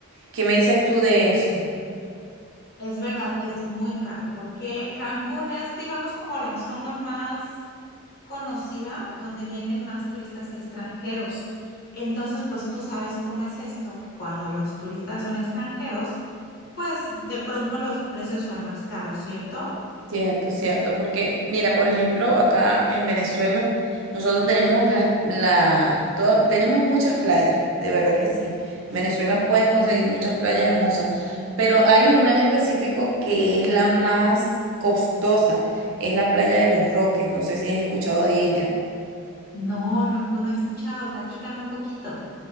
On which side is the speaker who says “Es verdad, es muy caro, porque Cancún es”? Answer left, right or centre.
Left